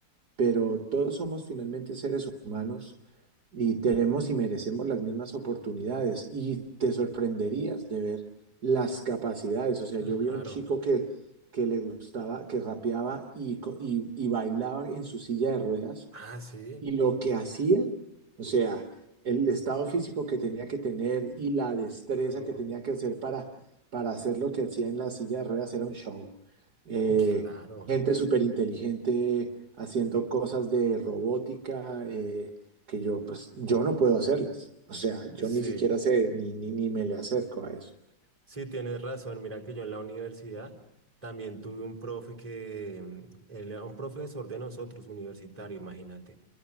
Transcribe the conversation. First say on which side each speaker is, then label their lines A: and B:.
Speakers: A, on the right; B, on the right.
A: pero todos somos finalmente seres humanos y tenemos y merecemos las mismas oportunidades y te sorprenderías de ver las capacidades. O sea,
B: <laughs>
A: yo vi
B: Claro.
A: a un chico que, que le gustaba, que rapeaba y, co- y, y bailaba en su silla de ruedas
B: Ah, sí,
A: y lo que hacía, o sea, el estado físico que tenía que tener y la destreza
B: claro.
A: que tenía que hacer para, para hacer lo que hacía en la silla de ruedas
B: <laughs>
A: era un show. Eh,
B: Claro.
A: gente súper inteligente haciendo cosas de robótica eh, que yo, pues, yo no puedo hacerlas. O sea, yo
B: Sí,
A: ni siquiera sé, ni, ni, ni me le acerco a eso.
B: sí, tienes razón. Mira que yo en la universidad también tuve un profe que, mm, él era un profesor de nosotros, universitario, imagínate.